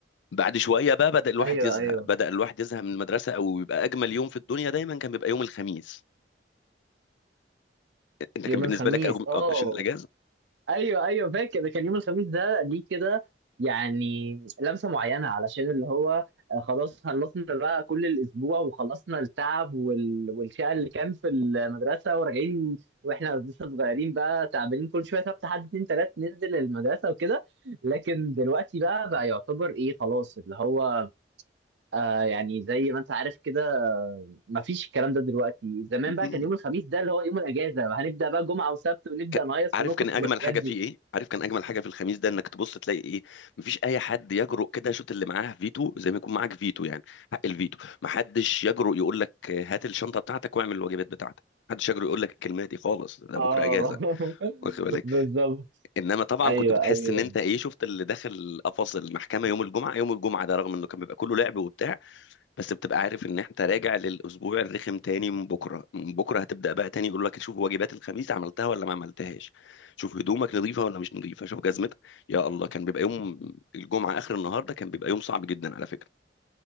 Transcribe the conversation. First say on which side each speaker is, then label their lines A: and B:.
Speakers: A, on the left; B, on the right.
A: بعد شويه بقى بدا الواحد
B: ايوه
A: يزهق
B: ايوه
A: بدا الواحد يزهق من المدرسه او يبقى اجمل يوم في الدنيا دايما كان بيبقى يوم الخميس انت
B: يوم
A: كان بالنسبه
B: الخميس
A: لك أجم...
B: اه
A: آه، عشان الاجازه
B: ايوه ايوه فاكر ده كان يوم الخميس ده ليه كده يعني لمسه معينه علشان اللي هو آه، خلاص خلصنا بقى كل الاسبوع وخلصنا التعب وال... والشقه اللي كان في المدرسه وراجعين واحنا لسه صغيرين بقى تعبانين كل شويه سبت حد اتنين تلات ننزل المدرسه وكده لكن دلوقتي بقى بقى يعتبر ايه خلاص اللي هو آه يعني زي ما انت عارف كده مفيش الكلام ده دلوقتي زمان
A: م-م.
B: بقى كان يوم الخميس ده اللي هو يوم الاجازه هنبدا بقى جمعه وسبت ونبدا
A: ك-
B: نهيص
A: عارف
B: ونخرج
A: كان اجمل
B: والحاجات
A: حاجه
B: دي
A: فيه ايه عارف كان اجمل حاجه في الخميس ده انك تبص تلاقي ايه مفيش اي حد يجرؤ كده يشوط اللي معاه فيتو زي ما يكون معاك فيتو يعني حق الفيتو محدش يجرؤ يقول لك هات الشنطه بتاعتك واعمل الواجبات بتاعتك محدش يجرؤ يقول لك الكلمه دي خالص ده
B: اه
A: بكره اجازه
B: <laughs>
A: واخد بالك
B: بالظبط
A: انما طبعا
B: ايوه
A: كنت بتحس
B: ايوه
A: ان انت ايه شفت اللي داخل قفص المحكمه يوم الجمعه يوم الجمعه ده رغم انه كان بيبقى كله لعب وبتاع بس بتبقى عارف ان انت راجع للاسبوع الرخم تاني من بكره من بكره هتبدا بقى تاني يقول لك شوف واجبات الخميس عملتها ولا ما عملتهاش شوف هدومك نظيفه ولا مش نظيفه شوف جزمتك يا الله كان بيبقى يوم الجمعه اخر النهار ده كان بيبقى يوم صعب جدا على فكره